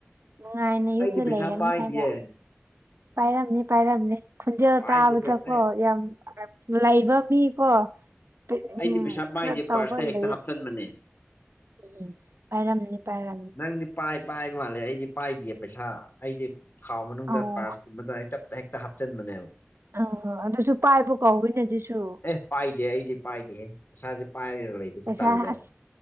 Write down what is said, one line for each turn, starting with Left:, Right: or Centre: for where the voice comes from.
Right: ꯅꯨꯡꯉꯥꯏꯅ ꯌꯨꯝꯗ
Left: ꯑꯩꯗꯤ ꯄꯩꯁꯥ
Right: ꯂꯩꯔꯅꯤ
Left: ꯄꯥꯏꯗꯤꯌꯦ
Right: ꯍꯥꯏꯕ ꯄꯥꯏꯔꯝꯅꯤ ꯄꯥꯏꯔꯝꯅꯤ ꯈꯣꯟꯖꯦꯜ
Left: ꯄꯥꯏꯗꯦ
Right: ꯇꯥꯕꯗꯀꯣ
Left: ꯄꯩ- ꯑꯩ-
Right: ꯌꯥꯝ ꯂꯩꯕ ꯃꯤꯀꯣ ꯎꯝ
Left: ꯑꯩꯗꯤ ꯄꯩꯁꯥ ꯄꯥꯏꯗꯦ
Right: ꯈꯔ ꯇꯒ
Left: ꯄꯥꯔꯁꯇ ꯍꯦꯛꯇ
Right: ꯂꯩ
Left: ꯍꯥꯞꯆꯟꯕꯅꯦ
Right: ꯎꯝ ꯄꯥꯏꯔꯝꯅꯤ ꯄꯥꯏꯔꯝꯅꯤ
Left: ꯅꯪꯗꯤ ꯄꯥꯏ ꯄꯥꯏ ꯃꯥꯜꯂꯦ ꯑꯩꯗꯤ ꯄꯥꯏꯗꯌꯦ ꯄꯩꯁꯥ ꯑꯩꯗꯤ ꯈꯥꯎ ꯃꯅꯨꯡꯗ
Right: ꯑꯧ
Left: ꯄꯥꯔꯁꯀꯨꯝꯕꯗ ꯍꯦꯛꯇꯞꯇ ꯍꯦꯛꯇ ꯍꯥꯞꯆꯤꯟꯕꯅꯦꯕ
Right: ꯑ ꯑꯗꯨꯁꯨ ꯄꯥꯏꯕ ꯀꯥꯎꯋꯅ ꯑꯗꯨꯁꯨ
Left: ꯑꯦ ꯄꯥꯏꯗꯦ ꯑꯩꯗꯤ ꯄꯥꯏꯗꯦꯍꯦ ꯄꯩꯁꯥꯁꯦ ꯄꯥꯏꯔꯒ ꯂꯩꯕꯁꯤ
Right: ꯄꯩꯁꯥ
Left: ꯇꯜꯂꯦꯕ
Right: ꯑ